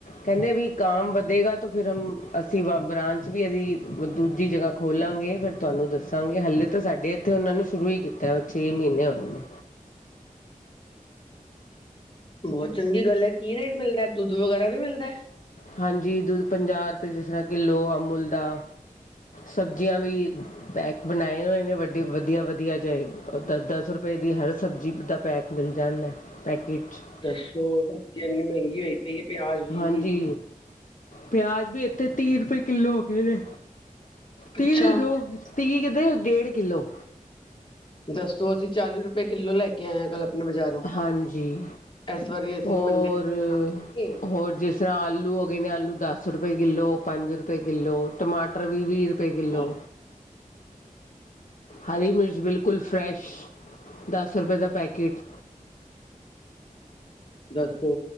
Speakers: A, on the left; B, on the left.
A: ਕਹਿੰਦੇ ਵੀ ਕਾਮ ਵਧੇਗਾ ਤੇ ਫਿਰ ਹਮ ਅਸੀਂ ਬ੍ਰਾਂਚ ਵੀ ਅਸੀਂ ਦੂਜੀ ਜਗ੍ਹਾ ਖੋਲਾਂਗੇ ਫਿਰ ਤੁਹਾਨੂੰ ਦੱਸਾਂਗੇ ਹਾਲੇ ਤਾਂ ਸਾਡੇ ਇੱਥੇ ਉਹਨਾਂ ਨੇ ਸ਼ੁਰੂ ਹੀ ਕੀਤਾ ਛੇ ਮਹੀਨੇ ਹੋਏ ਨੇ
B: ਬਹੁਤ ਚੰਗੀ ਗੱਲ ਹੈ ਕੀ ਰੇਟ ਮਿਲਦਾ ਦੁੱਧ ਵਗੈਰਾ ਵੀ ਮਿਲਦਾ
A: ਹਾਂਜੀ ਦੁੱਧ ਪੰਜਾਹ ਰੁਪਏ ਜਿਸ ਤਰ੍ਹਾਂ ਕਿੱਲੋ ਅਮੂਲ ਦਾ ਸਬਜ਼ੀਆਂ ਵੀ ਪੈਕ ਬਣਾਏ ਹੋਏ ਨੇ ਵੱਡੇ ਵਧੀਆ- ਵਧੀਆ ਜਯੇ ਦਸ -ਦਸ ਰੁਪਏ ਦੀ ਹਰ ਸਬਜ਼ੀ ਦਾ ਪੈਕ ਮਿਲ ਜਾਂਦਾ ਪੈਕੇਟ 'ਚ
B: ਦੱਸੋ ਸਬਜੀ ਇੰਨੀ ਮਹਿੰਗੀ ਹੋਈ ਪਿਆਜ ਵੀ
A: ਹਾਂਜੀ ਪਿਆਜ ਵੀ ਇੱਥੇ ਤੀਹ ਰੁਪਏ ਕਿੱਲੋ ਹੋਗੇ ਨੇ ਤੀਹ
B: ਅੱਛਾ
A: ਦੇ ਦੋ ਤੀ ਕਿਤੇ ਡੇਢ ਕਿੱਲੋ
B: ਦੱਸੋ ਅਸੀਂ ਚਾਲੀ ਰੁਪਏ ਕਿੱਲੋ ਲੈ ਕੇ ਆਏਆਾਂ ਕੱਲ ਆਪਣੇ ਬਾਜ਼ਾਰੋਂ
A: ਹਾਂਜੀ
B: ਇਸ ਵਾਰੀ ਅਸੀਂ
A: ਹੋਰ
B: ਮੰਡੇ ਗਏ
A: -ਹੋਰ ਜਿਸ ਜਿਸ ਤਰ੍ਹਾਂ ਆਲੂ ਹੋ ਗਏ ਨੇ ਆਲੂ ਦਸ ਰੁਪਏ ਕਿੱਲੋ ਪੰਜ ਰੁਪਏ ਕਿੱਲੋ ਟਮਾਟਰ ਵੀ ਵੀਹ ਰੁਪਏ ਰੁਪਏ ਕਿੱਲੋ
B: ਹਾਂ
A: ਹਰੀ ਮਿਰਚ ਬਿਲਕੁਲ ਫਰੈਸ਼ ਦਸ ਰੁਪਏ ਦਾ ਪੈਕੇਿਟ
B: ਦੱਸੋ